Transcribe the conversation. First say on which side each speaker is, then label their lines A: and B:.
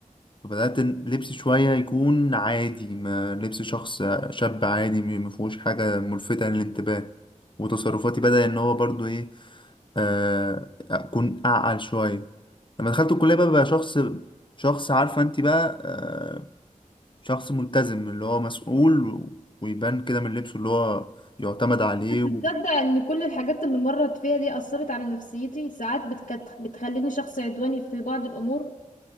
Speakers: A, on the left; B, on the left.
A: فبدأت لبسي شوية يكون عادي ما لبس شخص شاب عادي ما فيهوش حاجة ملفتة للانتباه وتصرفاتي بدأ إن هو برضو إيه آه، أكون أعقل شوية لما دخلت الكلية بقى, بقى شخص شخص عارفة أنت بقى آه، شخص ملتزم اللي هو مسؤول و- ويبان كده من لبسه اللي هو يعتمد عليه
B: بس
A: و...
B: تصدق ان كل الحاجات اللي مرت فيها دي اثرت على نفسيتي ساعات بتكت... بتخليني شخص عدواني في بعض الامور